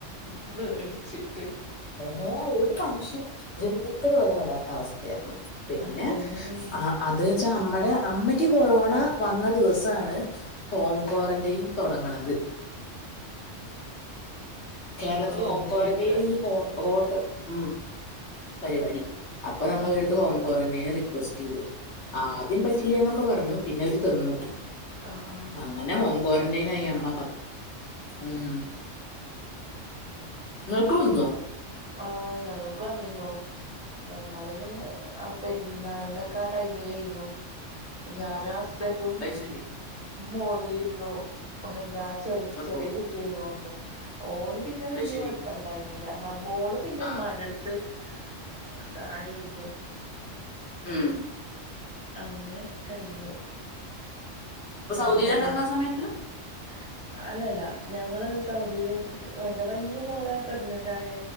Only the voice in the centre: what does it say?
പേടിച്ചിട്ട്
അതന്നെണ്
ക്വാറന്റൈനിൽ
ഇരിക്കണ
ഉം ഉം
ആഹ ആഹ
ആഹ ഞങ്ങൾക്ക് വന്നന്നു ഞങ്ങള് ആ പെരുന്നാളുടെ ആ ടൈമിലുന്നു ഞാനും ഹസ്ബൻഡും
മോളിലിരുന്നു എന്താ ചെറ
ചെറിയ കുട്ടിയായിരുന്നുന്ന് ഓന് പി പിന്നെ വല്യ
കുഴപ്പ ഇണ്ടായിരുന്നില്ലമ്മോളും പിന്നെ
ഉമാന്റെ അടുത്ത് ത്ത് ഇതായിരുന്നു
അങ്ങനെ കഴിഞ്ഞു
എന്താലേ
<unintelligible> അല്ലല്ല ഞങ്ങള് സൗദിയിലും എന്താ വലയ മോളെ പ്രഗ്നന്റ് ആയ